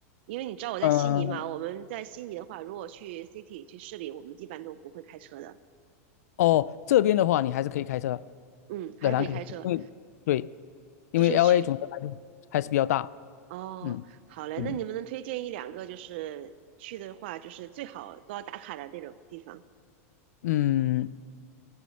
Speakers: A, on the right (about 45°); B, on the left (about 85°).
A: 因为你知道我在悉尼嘛，
B: 嗯
A: 我们在悉尼的话，如果去 city 去市里，我们一般都不会开车的，
B: 哦，这边的话你还是可以开车，
A: 嗯，还是可以开车，
B: 仍然可以对，因为对，因为
A: 就是去，
B: LA 总的来说还是比较大。
A: 哦，
B: 嗯嗯
A: 好嘞，那你们能推荐一两个就是去的话，就是最好都要打卡的那种地方？
B: 嗯，